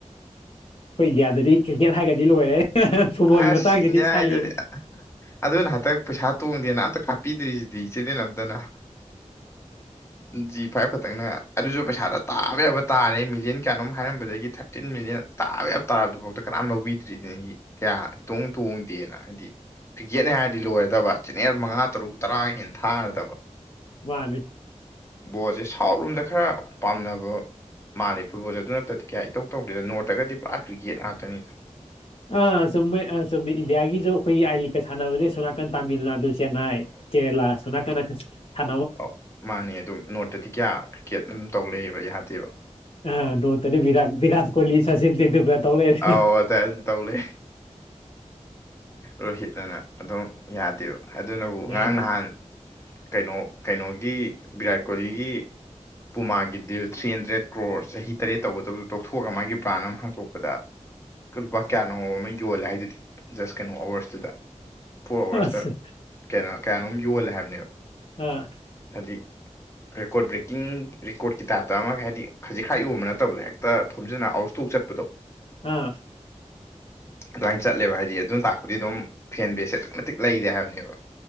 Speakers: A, on the left; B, on the left.
A: ꯑꯩꯈꯣꯏ ꯏꯟꯗꯤꯌꯥꯗꯗꯤ ꯀ꯭ꯔꯤꯛꯀꯦꯠ ꯍꯥꯏꯈꯔꯒꯗꯤ ꯂꯣꯏꯔꯦ ꯐꯨꯠꯕꯣꯜꯒꯤ
B: ꯑꯁ
A: ꯃꯇꯥꯡꯁꯤꯗꯤ
B: ꯏꯟꯗꯤꯌꯥ
A: ꯁꯥꯏꯂꯦꯟ
B: ꯍꯥꯏꯗꯗꯤ ꯑꯗꯨꯅ ꯍꯟꯇꯛ ꯄꯩꯁꯥ ꯇꯣꯡꯗꯦꯅ ꯑꯝꯇ ꯀꯥꯞꯄꯤꯗ꯭ꯔꯤꯁꯤꯗꯤ ꯆꯦꯅꯦꯜ ꯑꯝꯇꯅ ꯖꯤ ꯐꯥꯏꯕ ꯈꯛꯇꯪꯅ ꯑꯗꯨꯁꯨ ꯄꯩꯁꯥꯗ ꯇꯥꯕ ꯌꯥꯕ ꯇꯥꯔꯦ ꯃꯤꯂꯤꯌꯟ ꯀꯌꯥꯅꯣꯝ ꯍꯥꯏꯔꯝꯕꯗꯒꯤ ꯊꯥꯔꯇꯤꯟ ꯃꯤꯂꯤꯌꯟ ꯇꯥꯕ ꯌꯥ ꯇꯥꯕꯗꯨꯐꯥꯎꯗ ꯀꯅꯥꯝ ꯂꯧꯕꯤꯗ꯭ꯔꯤꯅꯦ ꯀꯌꯥ ꯏꯇꯣꯡ ꯇꯣꯡꯗꯦꯅ ꯍꯥꯏꯗꯤ ꯀ꯭ꯔꯤꯛꯀꯦꯠꯅꯦ ꯍꯥꯏꯔꯗꯤ ꯂꯣꯏꯔꯗꯕ ꯆꯦꯅꯦꯜ ꯃꯉꯥ ꯇꯔꯨꯛ ꯇꯔꯥꯒ ꯍꯦ ꯊꯥꯔꯗꯕ
A: ꯃꯥꯟꯅꯤ
B: ꯕꯣꯜꯁꯦ ꯁꯥꯎꯠ ꯔꯣꯝꯗ ꯈꯔ ꯄꯥꯝꯅꯕ ꯃꯥꯜꯂꯤ ꯐꯨꯠꯕꯣꯜꯁꯦ ꯑꯗꯨ ꯅꯠꯇꯔꯒꯗꯤ ꯀꯌꯥ ꯏꯇꯧ ꯇꯧꯗꯦꯗ ꯅꯣꯔꯠꯇꯒꯗꯤ ꯄꯨꯔꯥ ꯀ꯭ꯔꯤꯛꯀꯦꯠ ꯉꯥꯛꯇꯅꯤꯗ
A: ꯑꯥ ꯆꯨꯝ ꯑ ꯆꯨꯝꯃꯤ ꯏꯟꯗꯤꯌꯥꯒꯤꯁꯨ ꯑꯩꯈꯣꯏꯒꯤ ꯑꯥꯏ ꯂꯤꯛꯀ ꯁꯥꯟꯅꯕꯁꯦ ꯁꯣꯝ ꯅꯥꯀꯟ ꯇꯥꯃꯤꯜ ꯅꯥꯗꯨ ꯆꯦꯟꯅꯥꯏ ꯀꯦꯔꯦꯂꯥ ꯑꯁꯣꯝ ꯅꯥꯀꯟꯅ ꯈꯔ ꯁꯟꯅ
B: ꯑ ꯃꯥꯅꯦ ꯑꯗꯨꯝ ꯅꯣꯔꯠꯇꯗꯤ ꯀꯌꯥ ꯀ꯭ꯔꯤꯛꯀꯦꯠ ꯑꯗꯨꯝ ꯇꯧ ꯂꯩꯕ ꯌꯥꯍꯗꯦꯕ
A: ꯑ ꯅꯣꯔꯠꯇꯗꯤ ꯚꯤꯔꯥꯠ ꯚꯤꯔꯣꯠ ꯀꯣꯍꯂꯤ ꯁꯆꯤꯟ ꯇꯦꯟꯗꯨꯜꯀꯔ ꯇꯧ ꯂꯩꯔꯦ
B: ꯑꯥꯎ ꯇꯥꯏ ꯑꯗꯨꯝ ꯇꯧꯂ ꯔꯣꯍꯤꯠ ꯑꯅ ꯑꯗꯨꯝ ꯌꯥꯗꯦꯕ ꯑꯗꯨꯅꯕꯨ ꯉꯔꯥꯡ
A: ꯌꯥꯗꯦ
B: ꯅꯍꯥꯟ ꯀꯩꯅꯣ ꯀꯩꯅꯣꯒꯤ ꯚꯤꯔꯥꯠ ꯀꯣꯂꯤꯒꯤ ꯄꯨꯃꯥꯒꯤ ꯗꯤꯜ ꯊ꯭ꯔꯤ ꯍꯟꯗ꯭ꯔꯦꯠ ꯀ꯭ꯔꯣꯔ ꯆꯍꯤ ꯇꯔꯦꯠ ꯇꯧꯒꯗꯕꯗꯣ ꯇꯣꯛꯊꯣꯛꯑꯒ ꯃꯥꯒꯤ ꯕ꯭ꯔꯥꯟ ꯑꯃ ꯍꯥꯡꯇꯣꯛꯄꯗ ꯂꯨꯄꯥ ꯀꯌꯥꯅꯣ ꯑꯃ ꯌꯣꯜꯂꯦ ꯍꯥꯏꯗꯨꯗꯤ ꯖꯁ ꯀꯩꯅꯣ ꯑꯋꯥꯔꯁꯇꯨꯗ ꯐꯣꯔ ꯑꯋꯥꯔꯁꯇ
A: ꯑꯁ
B: ꯀꯩꯅꯣ ꯀꯌꯥꯅꯣꯝ ꯌꯣꯜꯂꯦ ꯍꯥꯏꯕꯅꯦꯕ
A: ꯑꯥ
B: ꯍꯥꯏꯗꯤ ꯔꯦꯀꯣꯔꯠ ꯕ꯭ꯔꯦꯛꯀꯤꯡ ꯔꯦꯀꯣꯔꯠꯀꯤ ꯇꯥꯏꯞꯇ ꯑꯃꯒ ꯍꯥꯏꯗꯤ ꯈꯖꯤꯛ ꯈꯔ ꯌꯣꯟꯕ ꯅꯠꯇꯕꯗꯣ ꯍꯦꯛꯇ ꯊꯣꯝꯖꯤꯟꯅ ꯑꯥꯎꯠ ꯑꯣꯐ ꯁꯇꯣꯛ ꯆꯠꯄꯗꯣ
A: ꯑꯥ
B: ꯑꯗꯨꯃꯥꯏꯅ ꯆꯠꯂꯦꯕ ꯍꯥꯏꯗꯤ ꯑꯗꯨꯅ ꯇꯥꯛꯄꯨꯗꯤ ꯑꯗꯨꯝ ꯐꯦꯟ ꯕꯦꯁꯁꯦ ꯑꯗꯨꯛꯀꯤ ꯃꯇꯤꯛ ꯂꯩꯔꯦ ꯍꯥꯏꯕꯅꯦꯕ